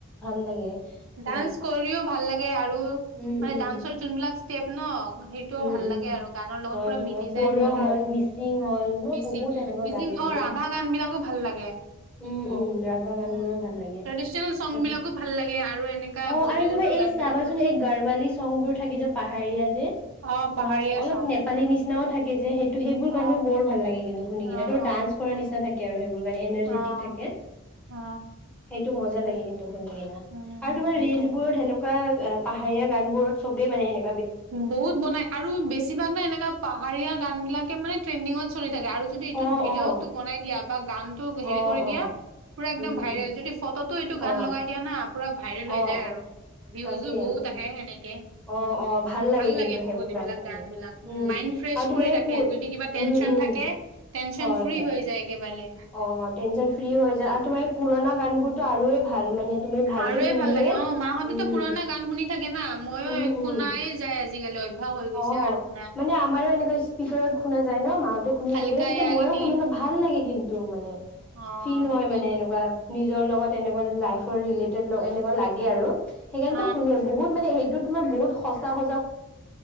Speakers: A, in the centre; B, on the right (about 65°).
A: ভাল লাগে।
B: ডান্স
A: মোক
B: কৰিও ভাল লাগে আৰু
A: উম
B: মানে
A: উম
B: ডান্সৰ যোনবিলাক ষ্টেপ ন সেইটোও
A: উম
B: ভাল
A: উম
B: লাগে আৰু গানৰ লগত
A: হয়
B: পুৰা
A: তোমাৰ
B: মিলি যায়
A: বড়ো
B: সিহঁতৰ
A: হ'ল মিচিং
B: উ
A: হ'ল মই
B: মিচিং
A: বহুত এনেকুৱা
B: মিচিং।
A: গান বোৰ
B: অ
A: উম
B: ৰাভা গান বিলাকো ভাল লাগে।
A: উম
B: অ
A: উম ৰাভা গান
B: উম
A: বোৰো ভাল লাগে
B: ট্ৰেডিচনেল চং
A: আজি
B: বিলাকো ভাল লাগে। আৰু এনেকা
A: অ
B: বলিউডৰ
A: আৰু তোমা এই
B: গান
A: চাবাচোন
B: বিলাকো ভাল লাগে
A: এই গাৰৱালি চং বোৰ থাকে যে পাহাৰীয়া যে।
B: অ
A: তোমাৰ
B: পাহাৰীয়া
A: অলপ
B: চং
A: নেপালী
B: উম
A: নিচিনাও থাকে। যে সেইটো সেইবোৰ
B: অ
A: গানো বৰ ভাল লাগে কিন্তু শুনি
B: অ অ
A: কিনে তোৰ ডান্স কৰ নিচি থাকে আৰু সেইবোৰ। বোৰ গান এনাৰ্জিতিক
B: অ অ
A: থাকে।
B: অ
A: টো মজা
B: সেই
A: লাগে কিন্তু শুনি কিনা
B: উম
A: আৰু তোমাৰ
B: সেইটোৱে
A: ৰিলচ বোৰত হেনেকা। ৱা পাহাৰীয়া গান বোৰত চবে মানে এনে।
B: বহুত বনাই আৰু বেছিভাগ ন এনেকা পাহাৰীয়া গান বিলাকে মানে ট্ৰেণ্ডিঙত। চলি থাকে আৰু যদি ইটোত
A: অ
B: ভিডিঅ'টো
A: অ
B: বনাই দিয়া বা গানতটো হেৰি
A: অ
B: কৰি দিয়া।
A: অ
B: পুৰা একদম
A: উম
B: ভাইৰেল
A: উম
B: যদি ফটোটো এইটো
A: হয়
B: গান লগাই দিয়া না। পুৰা ভাইৰেল হৈ
A: অ
B: যায়
A: অ
B: আৰু ভিউজো
A: তাকে
B: বহুত
A: উম
B: আহে সনেকে।
A: অ অ
B: ভাল লাগে
A: কিন্তু
B: বহুত
A: সেইবোৰ
B: এইবিলাক
A: শুনি
B: গান বিলাক
A: উম
B: মাইড ফ্ৰেছ
A: আৰু তোমাৰ
B: কৰি
A: এই
B: ৰাখে
A: পুৰ
B: যদি কিবা টেনচন
A: উম উম
B: থাকে। টেনচন
A: হয়
B: ফ্ৰী
A: হয়
B: হৈ যায় একেবাৰে।
A: অ টেনচন ফ্ৰী হৈ যায় আৰু তোমাৰ এই পুৰণা গানবোৰতো আৰুৱেই ভাল মানে তুমি ভালকে।
B: আৰুয়ে
A: শুনিলে
B: ভাল লাগে অ মাহঁতে
A: উম
B: ত পুৰণা গান শুনি থাকে না মইও
A: উম
B: শুনায়ে
A: উম
B: যাই আজিকালি। অভ্যাস হৈ গৈছে
A: অ
B: আৰু শুনা
A: মানে আমাৰো এনেকুৱা স্পিকত শুনা যায় ন মাহতে শুনি
B: হালকা
A: থাকে ন তেতিয়া
B: য়াগনি
A: ময়ো শুনো ন ভাল লাগে। কিন্তু মানে
B: অ
A: ফিল
B: সেইটোয়েতো
A: হয় মানে এনেকুৱা নি। জৰ লগত এনেকুৱা লাইফৰ ৰেলেটেট ল এনেকুৱা লগে আৰু হেইকানেত
B: অ
A: হুনে বহুত মানে হেইট। টো তুমাৰ বহুত সঁচা সঁচা।